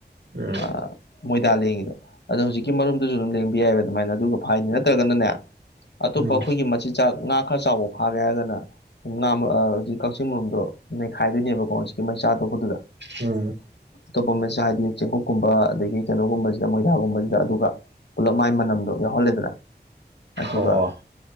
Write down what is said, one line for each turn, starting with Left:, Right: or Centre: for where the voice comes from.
Right: ꯎꯝ ꯎꯝ
Left: ꯑ ꯃꯣꯏꯗꯥ ꯂꯦꯡꯉꯤꯗꯣ ꯑꯗꯣ ꯍꯧꯖꯤꯛꯀꯤ ꯃꯔꯨꯝꯗꯨꯁꯨ ꯑꯗꯨꯝ ꯂꯦꯡꯕ ꯌꯥꯏꯕ ꯑꯗꯨꯃꯥꯏꯅ ꯑꯗꯨꯒ ꯐꯥꯏꯅꯤ ꯅꯠꯇ꯭ꯔꯒꯅꯅꯦ ꯑꯇꯣꯞꯄ
Right: ꯎꯝ
Left: ꯑꯩꯈꯣꯏꯒꯤ ꯃꯆꯤꯟꯖꯥꯛ ꯉꯥ ꯈꯔ ꯆꯥꯎꯕ ꯐꯥꯔꯦ ꯍꯥꯏꯔꯒꯅ ꯁ ꯍꯧꯖꯤꯛ ꯀꯛꯆꯤꯡ ꯃꯔꯨꯝꯗꯣ ꯅꯩꯈꯥꯏꯗꯣꯏꯅꯦꯕꯀꯣ ꯀꯃ ꯆꯥ ꯇꯣꯛ ꯀꯣꯗꯨꯗ
Right: ꯎꯝ
Left: ꯑꯇꯣꯞꯄ ꯑꯃꯁꯦ ꯍꯥꯏꯗꯤ ꯆꯦꯡꯀꯨꯞꯣꯛꯀꯨꯝꯕ ꯑꯗꯒꯤ ꯀꯩꯅꯣꯒꯨꯝꯕꯁꯤꯗ ꯃꯣꯏꯗꯥꯥꯒꯨꯝꯕꯁꯤꯗ ꯑꯗꯨꯒ ꯄꯨꯂꯞ ꯃꯥꯏ ꯃꯅꯝꯗꯣ ꯌꯥꯎꯍꯜꯂꯦꯗꯅ ꯑꯗꯨꯒ
Right: ꯑꯣ